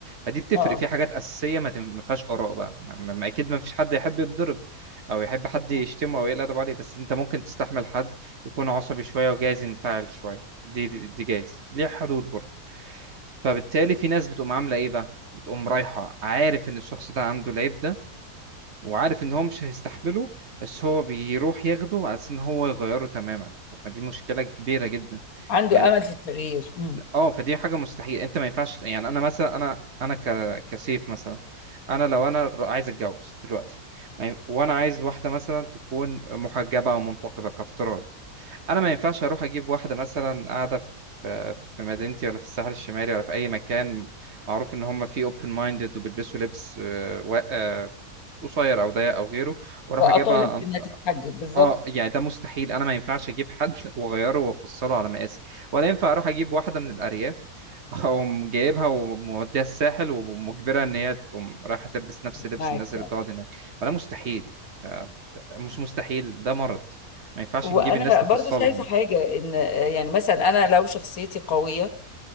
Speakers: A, on the right; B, on the left.
A: فدي بتفرق
B: اه
A: في حاجات اساسية ما تم- ما فيهاش اراء بقى ما ما- اكيد ما فيش حد يحب يتضرب او يحب حد يشتمه
B: آه.
A: او يقل ادب عليه بس انت ممكن تستحمل حد يكون عصبي شوية وجايز ينفعل شوية دي دي, دي جايز ليها حدود برضه فبالتالي في ناس بتقوم عامله ايه بقى بتقوم رايحه عارف ان الشخص ده عنده العيب ده وعارف ان هو مش هيستحمله بس هو بيروح ياخده على اساس ان هو يغيره تماما طب ما دي مشكله كبيره جدا
B: عنده
A: يعني
B: امل في التغيير امم
A: اه فدي حاجه مستحيل انت ما ينفعش يعني انا مثلا انا انا ك... كسيف مثلا انا لو انا ر- عايز اتجوز دلوقتي ما ين- وانا عايز واحده مثلا تكون محجبه او منتقبه كافتراض انا ما ينفعش اروح اجيب واحده مثلا قاعده في في مدينتي ولا في الساحل الشمالي ولا في اي مكان معروف ان هم فيه اوبن مايندد وبيلبسوا لبس آه، وا- آه، قصير او ضيق او غيره واروح
B: واطالب
A: اجيبها
B: انها تتحجب بالظبط
A: اه يعني ده مستحيل انا ما ينفعش اجيب حد <laughs> واغيره وافصله على مقاسي ولا ينفع اروح اجيب واحده من الارياف <laughs> اقوم جايبها وموديها الساحل ومجبرها ان هي تقوم رايحه تلبس نفس لبس
B: معاك
A: الناس اللي
B: تمام
A: بتقعد هناك فده مستحيل آه، مش مستحيل ده مرض ما ينفعش
B: وانا
A: نجيب الناس
B: برضو
A: نفصلهم
B: شايفه حاجه ان آه، يعني مثلا انا لو شخصيتي قويه